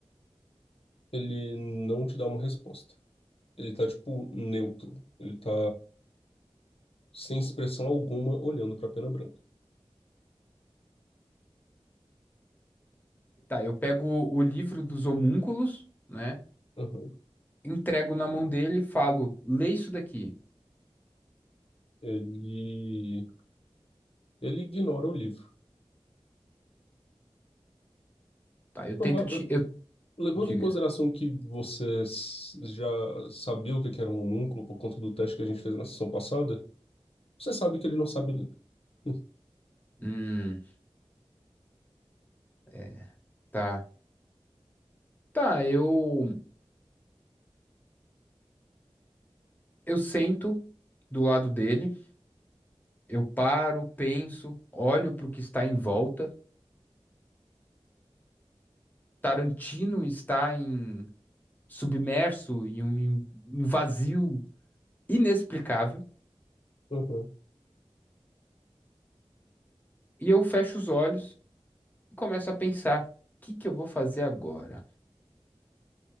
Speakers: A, on the left (about 65°); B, on the left (about 15°).
A: Ele não te dá uma resposta. Ele tá, tipo, neutro. Ele tá sem expressão alguma olhando pra pena branca.
B: Tá, eu pego o livro dos homúnculos, né?
A: Aham.
B: Entrego na mão dele e falo: lê isso daqui.
A: Ele. Ele ignora o livro.
B: Tá, eu
A: Prova-
B: tento te. Eu...
A: Levando
B: Diga.
A: em consideração que você s- já sabia o que que era um homúnculo por conta do teste que a gente fez na sessão passada, você sabe que ele não sabe ler. <laughs>
B: Hum, é, tá. Tá, eu. Eu sento do lado dele, eu paro, penso, olho pro que está em volta. Tarantino está em submerso em um um vazio inexplicável,
A: Uhum.
B: e eu fecho os olhos e começo a pensar: o que que eu vou fazer agora?